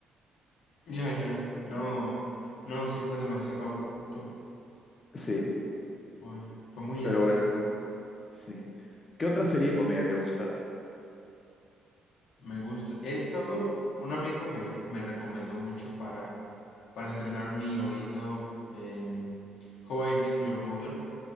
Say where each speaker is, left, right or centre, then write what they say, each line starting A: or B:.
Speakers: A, on the left; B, on the left.
A: ya, ya, no, no, sí fue demasiado abrupto,
B: Sí,
A: fue, fue muy
B: pero
A: en seco.
B: bueno, sí. ¿Qué otra serie de comedia te gusta?
A: Me gusta. He estado, un amigo me, me recomendó mucho para, para entrenar mi oído, em, How I Met Your Mother.